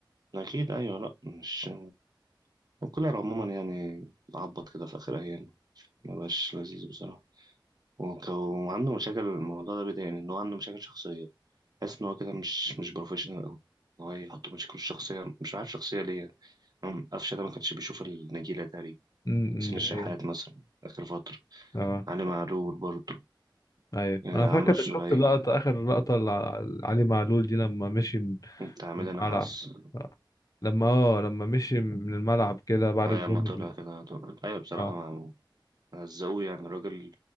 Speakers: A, on the right; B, on the left.
A: أكيد أيوة لأ مش وكولر عموما يعني عبط كده في آخر أيام مبقاش لذيذ بصراحة وك- وعنده مشاكل الموضوع ده بيضايقني إن هو عنده مشاكل شخصية حاسس إن هو كده مش مش بروفيشنال أوي هو يحط مشاكله الشخصية مش عارف شخصية ليه يعني أمم، قفشة ده ما كانش بيشوف النجيلة تقريبا
B: امم
A: حسين
B: ده
A: الشحات
B: هي
A: مثلا آخر فترة
B: اه
A: علي معلول برضه
B: ايوه
A: آه
B: انا
A: عمرو
B: فاكر
A: السولية
B: شفت لقطة اخر لقطة لع- لعلي معلول دي لما مشي من
A: بتاع حميد
B: الملعب
A: نحاس
B: لما اه لما مشي من الملعب كده بعد
A: أيوة
B: الجمله
A: ما طلع
B: دي
A: كده على طول أيوة بصراحة
B: اه
A: مع هزقوه يعني الراجل